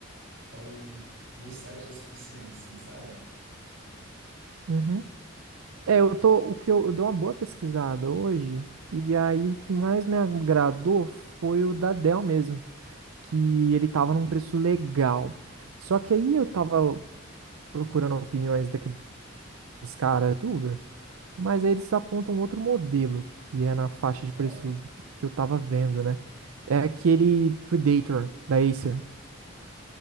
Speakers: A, on the right (about 65°); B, on the right (about 85°).
A: então, uns sete é suficiente, sim, sabe?
B: Uhum. É, eu tô, o que eu, eu dei uma boa pesquisada hoje, e aí o que mais me agradou foi o da Dell mesmo, que ele tava num preço legal. Só que aí eu tava procurando opiniões daqueles caras youtuber, Mas aí eles apontam outro modelo, que é na faixa
A: Qual?
B: de preço que eu tava vendo, né? É aquele Predator da Acer.